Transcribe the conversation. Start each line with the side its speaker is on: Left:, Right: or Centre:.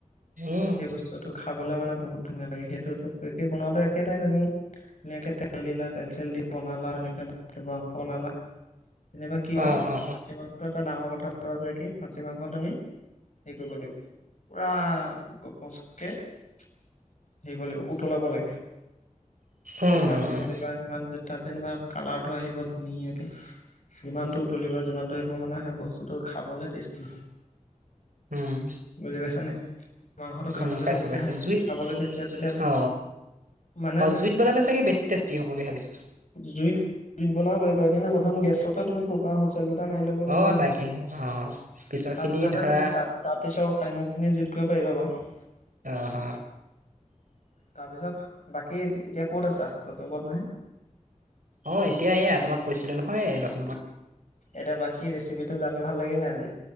Right: উম
Left: সেই বস্তুটো খা খাবলৈ মানে বহুত ধুনীয়া লাগে সেইটো বনোৱাটো একেটাই তুমি এনেকে তেল দিলা তেল চেল দি বনালা এনেকে বনালা যেনেকুৱা কি হয়
Right: অ অ অ
Left: খাচী মাংসটো এটা ডাঙৰ কথাটো আছে কি খাচী মাংস তুমি হেৰি কৰিব লাগিব পুৰা গপচকে <inaudible> হেব লাগিব উতলাব লাগে
Right: উম
Left: যিমান
Right: উম
Left: উতলিবা
Right: উম
Left: সিমান তাত যেনিবা কালাৰটো আহিব ধুনীয়াকে যিমানটো উতলিব যিমানটো আহিব মানে সেই বস্তুটো খাবলে টেষ্টি হয়
Right: উম
Left: বুজি পাইছা নাই মাংসটো
Right: উম
Left: খাবলৈ
Right: পাইছো
Left: চেষ্টি
Right: পাইছো
Left: হয়
Right: জুই
Left: খাবলৈ তেতিয়া
Right: অ
Left: মানে
Right: অ জুইত বনালে চাগে বেছি টেষ্টি হ'ব বুলি ভাবিছো
Left: জুইত জুই বনাব পাৰিবা কি প্ৰথম গেছতে তুমি কুকাৰ <unintelligible> টা মাৰি লব লাগিব
Right: অ
Left: নহয়
Right: তাকেহে অ পিছৰ
Left: তাৰপিছতহে
Right: খিনি ধৰা
Left: তুমি তাৰপিছত কাহিনি খিনি কৰিব পাৰিবা বাৰু
Right: অ হ
Left: তাৰপিছত বাকী এতিয়া ক'ত আছা লখিমপুৰত নে
Right: অ এতিয়া এয়া তোমাক কৈছিলো নহয় লক্ষী
Left: এতিয়া বাকী ৰেচিপিটো জানি ভাল লাগিল নে আজি